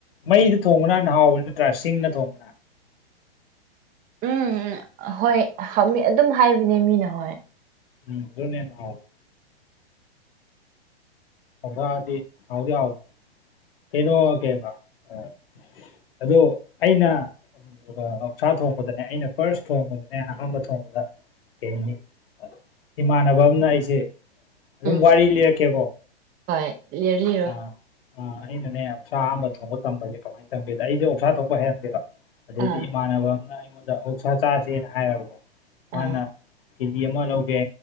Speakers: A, on the left; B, on the right.
A: ꯃꯩꯗ ꯊꯣꯡꯕꯅ ꯍꯦꯟ ꯍꯥꯎꯕ ꯅꯠꯇ꯭ꯔꯥ ꯁꯤꯡꯅ ꯊꯣꯡꯕ
B: ꯎꯝ ꯎꯝ ꯍꯣꯏ ꯍꯃꯤ ꯑꯗꯨꯝ ꯍꯥꯏꯕꯅꯦ ꯃꯤꯅ ꯍꯣꯏ꯫
A: ꯎꯝ <unintelligible> ꯑꯣꯕꯗꯤ ꯍꯥꯎꯗꯤ ꯍꯥꯎ ꯀꯩꯅꯣꯒꯦꯕ ꯑꯥ ꯑꯗꯣ ꯑꯩꯅ <unintelligible> ꯁꯥ ꯊꯣꯡꯕꯗꯅꯦ ꯑꯩꯅ ꯐꯥꯔꯁ ꯊꯣꯡꯕꯗꯅꯦ ꯑꯍꯥꯟꯕ ꯊꯣꯡꯕꯗ ꯀꯩ ꯍꯥꯏꯅꯤ ꯏꯃꯥꯟꯅꯕ ꯑꯃꯅ ꯑꯩꯁꯦ ꯑꯗꯨꯝ
B: ꯎꯝ
A: ꯋꯥꯔꯤ ꯂꯤꯔꯛꯀꯦꯀꯣ
B: ꯍꯣꯏ ꯂꯤꯔꯂꯤꯔꯣ
A: ꯑꯥ ꯑꯥ ꯑꯩꯅꯅꯦ ꯑꯣꯛꯁꯥ ꯑꯍꯥꯟꯕ ꯊꯣꯡꯕ ꯇꯝꯕꯁꯦ ꯀꯃꯥꯏꯅ ꯇꯝꯒꯦꯗ ꯑꯩꯖ‍ꯦ ꯑꯣꯁꯥ ꯊꯣꯡꯕ ꯍꯩꯔꯝꯗꯦꯕ ꯑꯗꯩꯗꯤ
B: ꯑꯥ
A: ꯏꯃꯥꯟꯅꯕ ꯑꯃꯅ ꯑꯩꯉꯣꯟꯗ ꯑꯣꯛꯁꯥ ꯆꯥꯖ‌ꯦꯅ ꯍꯥꯏꯔꯕꯀꯣ ꯃꯥꯅ
B: ꯑꯥ
A: ꯀꯦꯖꯤ ꯑꯃ ꯂꯧꯒꯦ